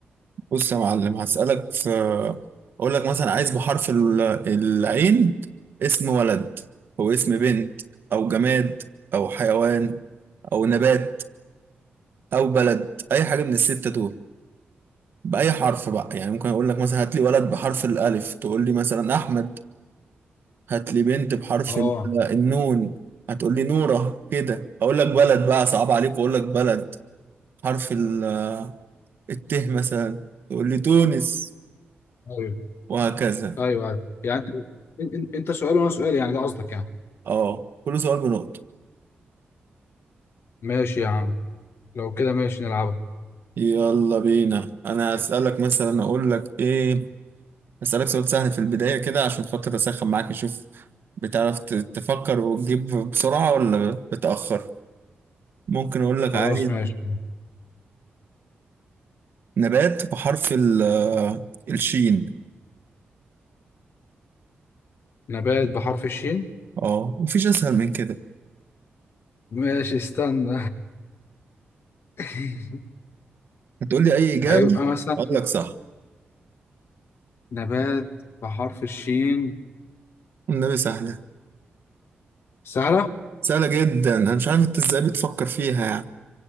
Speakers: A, on the right (about 60°); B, on the left (about 75°).
A: بص يا معلم هسالك في آه، اقول لك مثلا عايز بحرف ال- العين اسم ولد او اسم بنت او جماد او حيوان او نبات او بلد اي حاجه من السته دول بأي حرف بقى يعني ممكن أقول لك مثلا هات لي ولد بحرف الألف تقول لي مثلا أحمد هات لي بنت بحرف
B: اه
A: ال- النون هتقول لي نورة كده أقول لك بلد بقى صعب عليك وأقول لك بلد حرف ال- الت مثلا تقول لي تونس
B: ايوه
A: وهكذا
B: ايوه ايوه يعني انت إن- إن- انت سؤال وانا سؤال يعني ده قصدك يعني
A: أه كل سؤال بنقطة
B: ماشي يا عم لو كده ماشي نلعبها
A: يلا بينا أنا أسألك مثلا أقول لك إيه أسألك سؤال سهل في البداية كده عشان خاطر أسخن معاك أشوف بتعرف ت- تفكر وتجيب بسرعة ولا بتأخر ممكن أقول لك
B: خلاص
A: عايز
B: ماشي
A: نبات بحرف ال- آه، الشين
B: نبات بحرف الشين
A: اه مفيش اسهل من كده
B: ماشي استنى <laughs>
A: هتقول لي اي اجابه
B: هيبقى مثلا
A: اقول لك صح
B: نبات بحرف الشين
A: النبي سهله
B: سهلة؟
A: سهله جدا انا مش عارف انت ازاي بتفكر فيها يعني